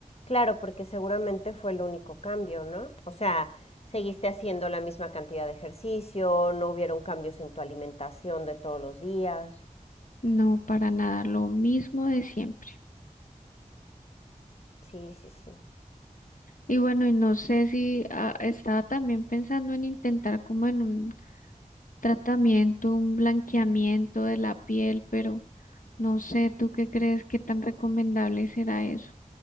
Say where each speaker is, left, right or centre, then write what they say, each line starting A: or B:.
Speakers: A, on the left; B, on the left.
A: Claro, porque seguramente fue el único cambio, ¿no? O sea, seguiste haciendo la misma cantidad de ejercicio, no hubieron cambios en tu alimentación de todos los días.
B: No, para nada, lo mismo de siempre.
A: Sí, sí, sí.
B: Y bueno, y no sé si ah, estaba también pensando en intentar como en un tratamiento, un blanqueamiento de la piel, pero no sé, ¿tú qué crees que tan recomendable será eso?